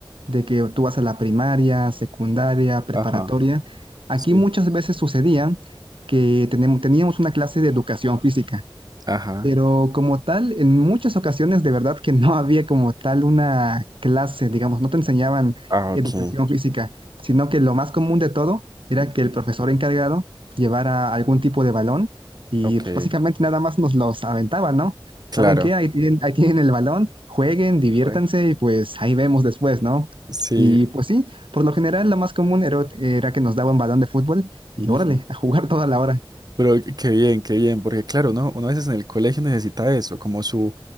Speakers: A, on the right; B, on the right.
A: de que tú vas a la primaria, secundaria, preparatoria,
B: Ajá,
A: aquí
B: sí.
A: muchas veces sucedía que tenemos, teníamos una clase de educación física.
B: Ajá.
A: Pero como tal, en muchas ocasiones de verdad que no había como tal una clase, digamos, no te enseñaban
B: Ah, ok.
A: educación física, sino que lo más común de todo era
B: Ujú.
A: que el profesor encargado llevara algún tipo de balón y
B: Ok.
A: pues, básicamente nada más nos los aventaba, ¿no?
B: Claro,
A: ¿Saben qué? Ahí tienen, ahí tienen el balón, jueguen, diviértanse
B: güey.
A: y pues ahí vemos después, ¿no?
B: sí.
A: Y pues sí, por lo general lo más común era, era que nos daba un balón de fútbol y
B: Ujú.
A: órale, a jugar toda la hora.
B: Pero qué qué bien, qué bien, porque claro, ¿no? uno a veces en el colegio necesita eso, como su,